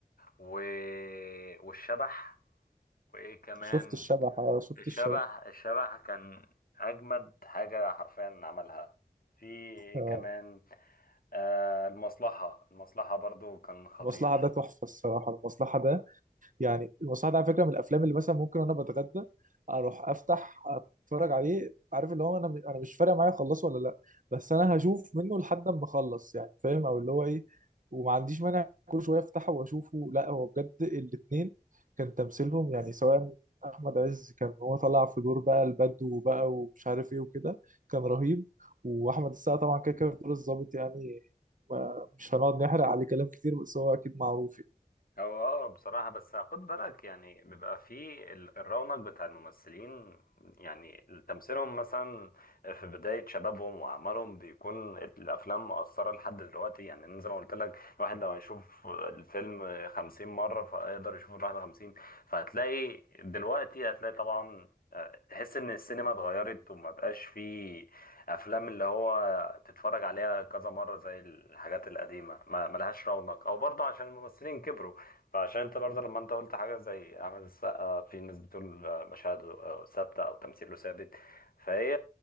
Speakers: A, on the left; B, on the right.
A: و... والشبح وايه كمان
B: شفت الشبح اه شفت
A: الشبح
B: الشبح
A: الشبح كان اجمد حاجه حرفيا عملها في
B: آه،
A: كمان آه، المصلحه المصلحه برضو كان خطير
B: المصلحة ده تحفة الصراحة المصلحة ده يعني المصحف ده على فكره من الافلام اللي مثلا ممكن وانا بتغدى اروح افتح اتفرج عليه عارف اللي هو انا انا مش فارق معايا اخلصه ولا لا بس انا هشوف منه لحد ما اخلص يعني فاهم او اللي هو ايه وما عنديش مانع كل شويه افتحه واشوفه لا هو بجد الاثنين كان تمثيلهم يعني سواء احمد عز كان هو طلع في دور بقى البدو بقى ومش عارف ايه وكده كان رهيب واحمد السقا طبعا كده كده في دور الظابط يعني ما- مش هنقعد نحرق عليه كلام كتير بس هو اكيد معروف يعني.
A: هو اه بصراحة بس خد بالك يعني بيبقى في ال- الرونق بتاع الممثلين يعني تمثيلهم مثلا في بداية شبابهم وأعمارهم بيكون الأفلام مؤثرة لحد دلوقتي يعني أنا زي ما قلت لك الواحد لو هيشوف الفيلم خمسين مرة فهيقدر يشوفه الواحد وخمسين فهتلاقي دلوقتي هتلاقي طبعا آه، تحس إن السينما اتغيرت وما بقاش في أفلام اللي هو تتفرج عليها كذا مرة زي الحاجات القديمة ما ملهاش رونق أو برضه عشان الممثلين كبروا فعشان انت برضه لما انت قلت حاجه زي اعمل السقا في ناس بتقول آه، مشاهد آه، ثابته او تمثيله ثابت فهي